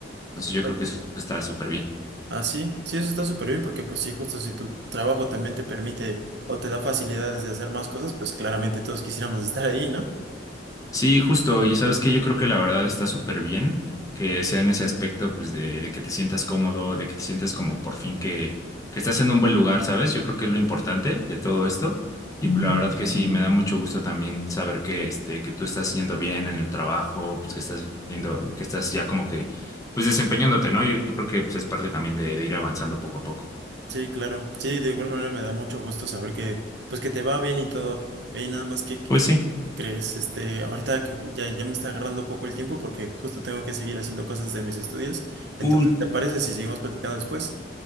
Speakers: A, on the left; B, on the right.
A: Entonces yo
B: Ay.
A: creo que eso está súper bien.
B: Ah, sí, sí, eso está súper bien porque pues sí, justo si tu trabajo también te permite o te da facilidades de hacer más cosas, pues claramente todos quisiéramos estar ahí, ¿no?
A: Sí, justo, y sabes que yo creo que la verdad está súper bien que sea en ese aspecto, pues, de, de que te sientas cómodo, de que te sientas como por fin que, que estás en un buen lugar, ¿sabes? Yo creo que es lo importante de todo esto. Y pues, la verdad que sí, me da mucho gusto también saber que, este, que tú estás yendo bien en el trabajo, pues que estás viendo, que estás ya como que, pues desempeñándote, ¿no? Yo creo que pues, es parte también de de ir avanzando poco a poco.
B: Sí, claro. Sí, de igual manera me da mucho gusto saber que, pues que te va bien y todo. Oye, nada más que, que
A: Pues sí.
B: crees, este, ahorita que ya, ya me está agarrando un poco el tiempo porque justo tengo que seguir haciendo cosas de mis estudios. Entonces,
A: Uy,
B: ¿te parece si seguimos platicando después?